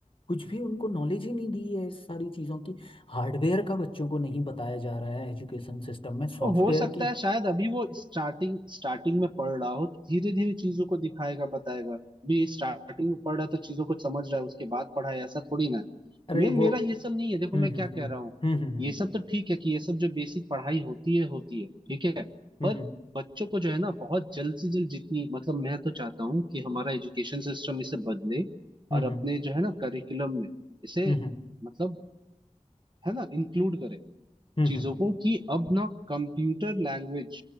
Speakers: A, on the left (about 45°); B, on the right (about 35°).
A: कुछ भी उनको नॉलेज ही नहीं दी है इस सारी चीज़ों की हार्डवेयर का बच्चों को नहीं बताया जा रहा है एजुकेशन सिस्टम में सॉफ्टवेयर
B: तो हो सकता
A: की
B: है शायद अभी वो स्टार्टिंग स्टार्टिंग में पढ़ रहा हो धीरे धीरे चीजों को दिखाएगा बताएगा भी स्टार्टिंग में पढ़ रहा तो चीजों को समझ रहा है उसके बाद पढ़ा है ऐसा थोड़ी ना
A: अरे
B: मेन
A: वो
B: मेरा ये सब नहीं है देखो
A: हम्म
B: मैं क्या
A: हम्म
B: कह रहा हूँ
A: हम्म हम्म
B: ये सब तो ठीक है कि ये सब जो बेसिक पढ़ाई होती है होती है ठीक है
A: हम्म
B: पर
A: हम्म
B: बच्चों को जो है ना बहुत जल्द से जल्द जितनी मतलब मैं तो चाहता हूँ कि हमारा एजुकेशन सिस्टम इसे बदले
A: हम्म
B: और अपने
A: हम्म
B: जो है ना करिकुलम में इसे
A: हम्म हम्म हम्म
B: मतलब है ना इंक्लूड करे
A: हम्म
B: चीजों
A: हम्म
B: को कि अब ना कंप्यूटर लैंग्वेज